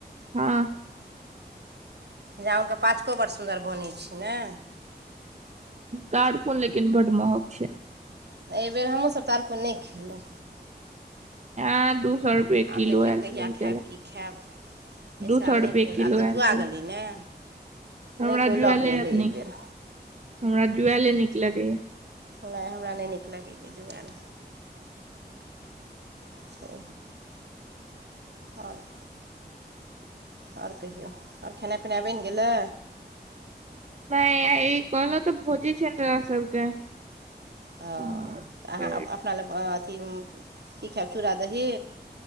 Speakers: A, on the right; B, on the right.
A: हँ
B: जामुन के पाचको बड़ सुन्दर बनै छै ने
A: तारकून लेकिन बड्ड महंग छै
B: एहि बेेर हमहूँ सभ तारकुन नहि खेलौं
A: ऐं दू सए रुपए
B: आब
A: किलो
B: देखियौ
A: आयल
B: कहिया
A: छलै बुझाय
B: खायब
A: ले
B: की खायब एहि
A: दू
B: साल
A: सए रुपए
B: नहि भेल
A: किलो
B: आब तऽ
A: आयल
B: जुआ
A: छलै
B: गेलै ने
A: हमरा
B: नहि कोइ
A: जुएले
B: लऽ कऽ
A: हेत
B: एलै एहिबेर
A: नीक हमरा जुएले नीक लगैये
B: नहि हमरा नहि नीक लगैए जुआएल अच्छा आओर <inaudible> आओर कहियौ आओर खेनाइ पिनाइ बनि गेलै
A: नहि आइ ई कहलौं तऽ भोजे छै हमरा सबके
B: ओ
A: आओर
B: तऽ अहाँ
A: फेर
B: अपना लग अथी की खायब चूड़ा दही